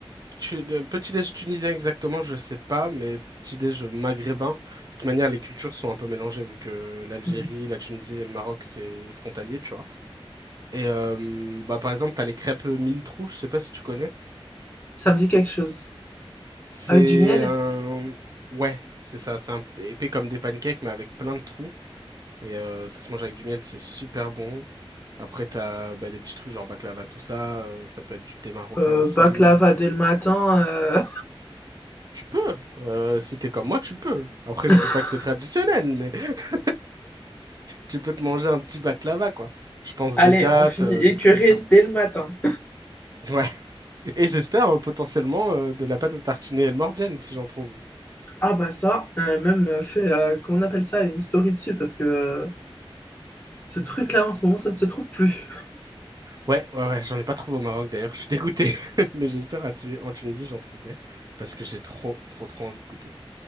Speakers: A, on the right; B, on the left.
A: Tu- le petit déj tunisien exactement, je sais pas, mais petit déj maghrébin. De toute manière, les cultures sont un peu mélangées vu que l'Algérie,
B: Hmm.
A: la Tunisie et le Maroc, c'est frontalier, tu vois. Et euh, bah, par exemple, t'as les crêpes mille trous, je sais pas si tu connais.
B: Ça me dit quelque chose.
A: C'est
B: Avec du miel?
A: un... Ouais, c'est ça, c'est un peu épais comme des pancakes, mais avec plein de trous. Et euh, ça se mange avec du miel, c'est super bon. Après, t'as bah, des petits trucs genre baklava, tout ça. euh, ça peut être du thé marocain
B: Euh,
A: aussi.
B: baklava dès le matin. euh,
A: Tu peux, euh, si t'es comme moi, tu peux. Après,
B: <laughs>
A: je dis pas que c'est traditionnel, mais <laughs> tu peux te manger un petit baklava, quoi. Je pense
B: Allez,
A: des dates,
B: on finit
A: euh,
B: écœuré
A: des trucs comme ça.
B: dès
A: <laughs>
B: le matin.
A: Ouais. Et j'espère euh, potentiellement euh, de la pâte à tartiner El Morgiane, si j'en trouve.
B: Ah bah ça, euh, même euh, fait, euh, comment on appelle ça, une story dessus, parce que euh, Ce truc-là, en ce moment, ça ne se trouve plus.
A: Ouais, ouais, ouais, j'en ai pas trouvé au Maroc d'ailleurs, je suis dégoûté. <laughs> Mais j'espère à Tu- en Tunisie, j'en trouverai. Parce que j'ai trop, trop, trop envie de goûter.